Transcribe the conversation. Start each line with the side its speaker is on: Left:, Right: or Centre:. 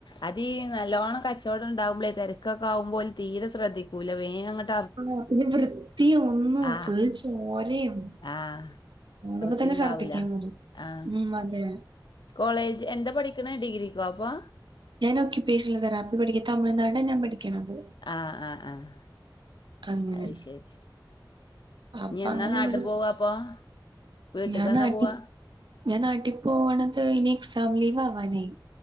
Left: അതീ നല്ലോണം കച്ചോട ഇണ്ടാവുമ്പളേ തെരക്കൊക്കെ ആവുമ്പോല് തീരെ സ്രദ്ധിക്കൂല. വേങ്ങട്ട്
Right: <unintelligible> പിന്നെ വൃത്തിയും ഒന്നു
Left: ആ
Right: ഫുൾ ചോരെയേം
Left: ആ
Right: കാണുമ്പ
Left: വൃത്തി
Right: തന്നെ
Left: ഉണ്ടാവൂല
Right: ശർദ്ധിക്കാൻ വെരും.
Left: ആ
Right: മ് അതെ
Left: കോളേജ് എന്താ പഠിക്കണ ഡിഗ്രിക്കോ അപ്പൊ?
Right: ഞാന് ഒക്കുപേഷണൽ തെറാപ്പി പഠിക്ക്. തമിഴ്നാട് ഞാൻ പഠിക്ക് ണത്.
Left: ആഹ് ആഹ് ആഹ്
Right: അങ്ങനെ
Left: അയ് ശെരി.
Right: അപ്പൊ
Left: ഇഞ്ഞ് എന്നാ
Right: അങ്ങനെ
Left: നാട്ട്
Right: ഇവിടെ
Left: പോവ് അപ്പൊ വീട്ട്ക്ക്
Right: ഞാൻ
Left: എന്നാ
Right: നാട്ടി
Left: പോവാ?
Right: ഞാൻ നാട്ടിൽ പോവ്ണത് ഇനി എക്സാം ലീവ് ആവാനായി.